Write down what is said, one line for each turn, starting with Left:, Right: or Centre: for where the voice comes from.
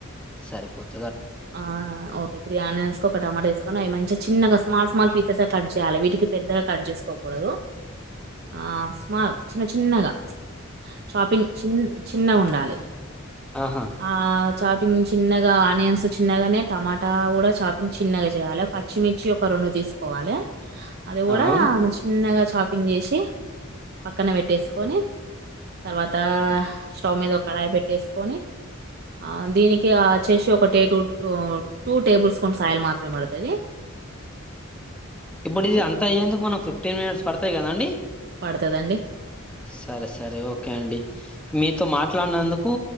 Centre: సరిపోత
Right: ఆ ఓకే త్రీ ఆనియన్స్ ఒక టమాటో తీసుకొని అవి మంచిగా చిన్నగా స్మాల్ స్మాల్ పీసెస్గా కట్ చేయాలి వీటికి పెద్దగా కట్ చేసుకోకూడదు. ఆ స్మాల్ చిన్న చిన్నగా చాపింగ్ చిన్నగా చిన్నగుండాలి.
Centre: ఆహా!
Right: ఆ చాలు చిన్ చిన్నగా ఆనియన్స్ చిన్నగానే టమాటా కూడా చాపింగ్ చిన్నగా చేయాలి పచ్చిమిర్చి ఒక రెండు తీసుకోవాలే. అది కూడా
Centre: ఆ! అవును.
Right: ఇగ చిన్నగా చాపింగ్ చాపింగ్ చేసి పక్కన పెట్టేసుకొని తర్వాత స్టవ్ మీదో కడాయి పెట్టేసుకొని ఆ దీనికి వచ్చేసి ఓకటే two two two tablespoons oil మాత్రమే పడతది.
Centre: ఇప్పుడు
Right: ఓకే.
Centre: ఇది అంత అయ్యేందుకు మనకు ఫిఫ్టీన్ మినిట్స్ పడతాయి కదాండి.
Right: పడతదండి.
Centre: సరే సరే ఓకే అండి. మీతో మాట్లాడినందుకు